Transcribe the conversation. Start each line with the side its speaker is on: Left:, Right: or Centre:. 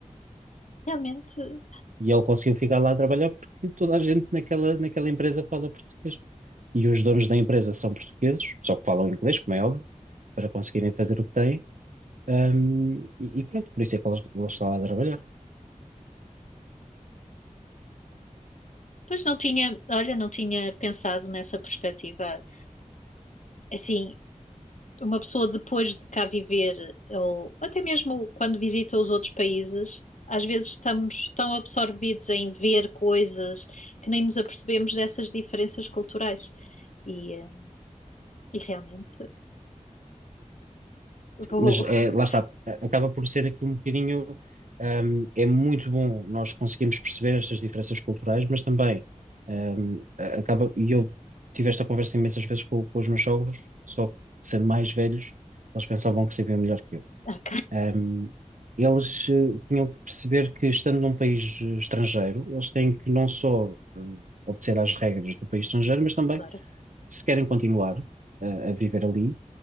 Left: Realmente,
Right: E ele conseguiu ficar lá a trabalhar porque toda a gente naquela, naquela empresa fala português. E os donos da empresa são portugueses, só que falam inglês, como é óbvio, para conseguirem fazer o que têm. Um, e, e pronto, por isso é que ele, ele está lá a trabalhar.
Left: Pois não tinha, olha, não tinha pensado nessa perspectiva. Assim, uma pessoa depois de cá viver, ou até mesmo quando visita os outros países, às vezes estamos tão absorvidos em ver coisas que nem nos apercebemos dessas diferenças culturais. E, eh, e realmente vou.
Right: Mas é,
Left: <laughs>
Right: lá está, a- acaba por ser aqui um bocadinho. um, é muito bom nós conseguirmos perceber estas diferenças culturais, mas também um, a- acaba. E eu tive esta conversa imensas vezes com, com os meus sogros, só que sendo mais velhos, eles pensavam que sabiam melhor que eu.
Left: Ah,
Right: Ahm, eles eh, tinham que perceber que, estando num país eh, estrangeiro, eles têm que não só eh, obedecer às regras do país estrangeiro, mas também,
Left: claro.
Right: se querem continuar eh, a viver ali,